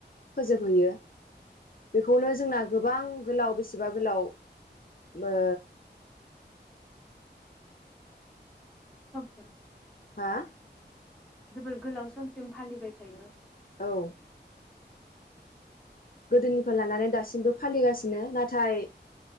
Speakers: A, on the left; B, in the centre.
A: फोजोबहैयो बेखौनो
B: नंगौ
A: जोंना गोबां गोलाव बेसेबा गोलाव ओ
B: समसिम
A: हा
B: जोबोर गोलाव समसिम फालिबाय थायो
A: औ गोदोनिफ्राय लानानै दासिमबो फालिगासिनो नाथाय